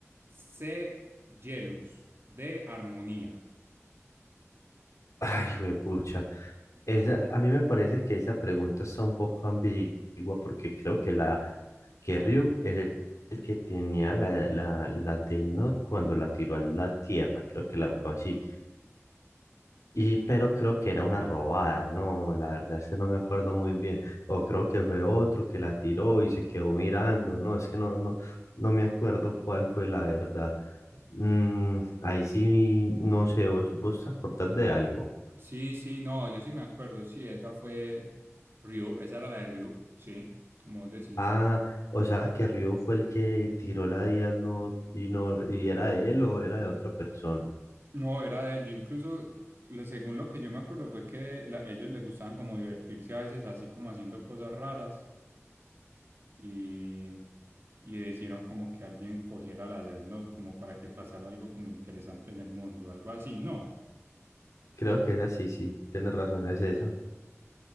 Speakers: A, on the right (about 50°); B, on the left (about 85°).
A: C. Yelus. D. Armonía.
B: Ay, pucha. Esa, a mí me parece que esa pregunta está un poco ambigua porque creo que la que Ryuk es el que tenía la, la, la Death Note cuando la tiró a la tierra, creo que la
A: Ujú.
B: fue así. Y, pero creo que era una robada, no, la verdad es que no me acuerdo muy bien. O creo que fue otro que la tiró y se quedó mirando, no, es que no, no, no me acuerdo cuál fue la verdad. Mm, ahí sí, no sé, ¿vos, vos te acordás de algo?
A: Sí, sí, no, yo sí me acuerdo. Sí, esa fue Ryuk. Esa era la de Ryuk. Sí, como vos decís.
B: Ah, o sea, que Ryu fue el que tiró la Death Note y, no, y era de él o era de otra persona.
A: No, era de él. Yo incluso, le- según lo que yo me acuerdo, fue que la- ellos les gustaban como divertirse a veces así como haciendo cosas raras y, y decidieron como que alguien cogiera la Death Note como para que pasara algo como interesante en el mundo, algo así. No,
B: Creo que esa sí, sí, tienes razón, es esa.